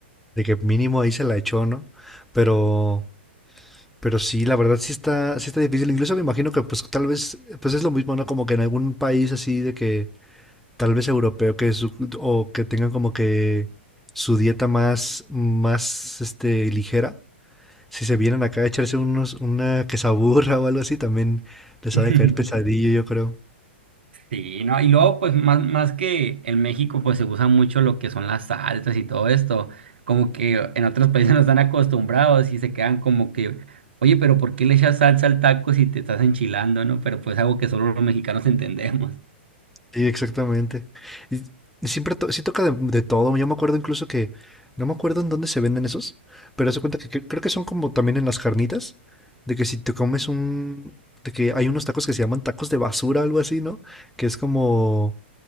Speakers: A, in the centre; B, on the right.
A: de que mínimo ahí se la echó, ¿no? Pero... Pero sí, la verdad sí está, sí está difícil. Incluso me imagino que pues tal vez, pues es lo mismo, ¿no? Como que en algún país así de que tal vez europeo que su- o que tengan como que su dieta más, más este, ligera. Si se vienen acá a echarse unos, una quesaburra o algo así, también les
B: <laughs>
A: ha de caer pesadillo, yo creo.
B: Sí, no, y luego, pues, más, más que en México, pues se usa mucho lo que son las salsas y todo esto. Como que en otros países no están acostumbrados y se quedan como que, oye, pero ¿por qué le echas salsa al taco si te estás enchilando, no? Pero pues algo que solo los mexicanos entendemos.
A: Sí, exactamente. Y, y siempre to- sí toca de, de todo. Yo me acuerdo incluso que, no me acuerdo en dónde se venden esos, pero se cuenta que, cre- creo que son como también en las carnitas, de que si te comes un, de que hay unos tacos que se llaman tacos de basura, algo así, ¿no? Que es como,